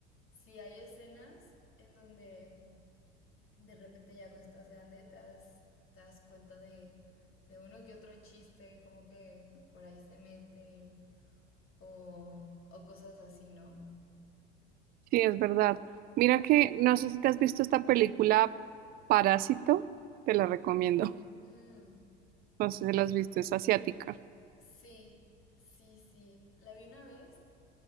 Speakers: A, on the left; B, on the right.
A: si hay escenas en donde de repente ya cuando estás grande te das, te das cuenta de, de uno que otro chiste, como que por ahí se meten o, o cosas así, ¿no?
B: sí, es verdad. Mira que, no sé si te has visto esta película Parásito, te la recomiendo. <laughs>
A: Mm,
B: No sé si la has visto, es asiática.
A: sí, sí, sí. La vi una vez